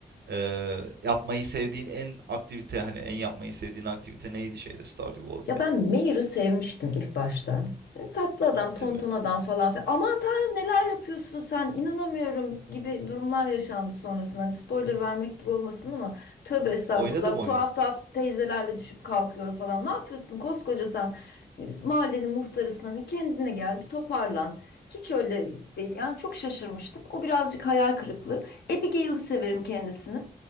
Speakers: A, on the right; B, on the left.
A: e, yapmayı sevdiğin en aktivite hani en yapmayı sevdiğin aktivite neydi şeyde Stardew Valley'de?
B: Ya ben Mayer'ı sevmiştim ilk başta. Dedim, Tatlı adam,
A: Değil
B: tonton
A: mi?
B: adam falan filan. Aman tanrım neler yapıyorsun sen inanamıyorum gibi durumlar yaşandı sonrasında. Hani spoiler vermek gibi olmasın ama tövbe estağfurullah
A: Oynadım oyunu.
B: tuhaf tuhaf teyzelerle düşüp kalkıyor falan. Ne yapıyorsun koskoca sen E, mahallenin muhtarısın hani kendine gel bir toparlan. Hiç öyle değil yani çok şaşırmıştım. O birazcık hayal kırıklığı. Abigail'i severim kendisini.